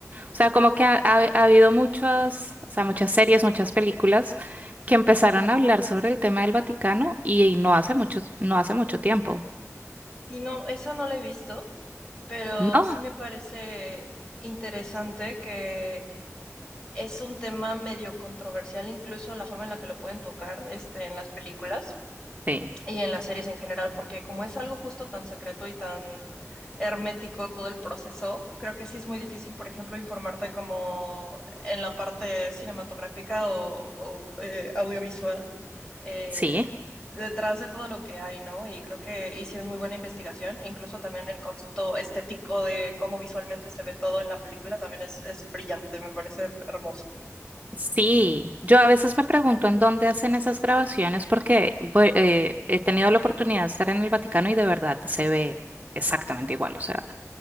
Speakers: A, on the right; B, on the left.
A: O sea, como que ha, ha- ha habido muchas, o sea, muchas series, muchas películas que empezaron a hablar sobre el tema del Vaticano y, no hace mucho, no hace mucho tiempo.
B: Y no, esa no la he visto, pero
A: ¿No?
B: sí me parece interesante que es un tema medio controversial, incluso la forma en la que lo pueden tocar este, en las películas
A: Sí.
B: y en las series en general, porque como es algo justo tan secreto y tan hermético todo el proceso, creo que sí es muy difícil, por ejemplo, informarte como en la parte cinematográfica o, o, eh, audiovisual. eh,
A: Sí,
B: detrás de todo lo que hay, ¿no? Y creo que hicieron muy buena investigación, e incluso también el concepto estético de cómo visualmente se ve todo en la película también es, es brillante, me parece hermoso.
A: sí. Yo a veces me pregunto en dónde hacen esas grabaciones porque bue- eh, he tenido la oportunidad de estar en el Vaticano y de verdad se ve exactamente igual. O sea,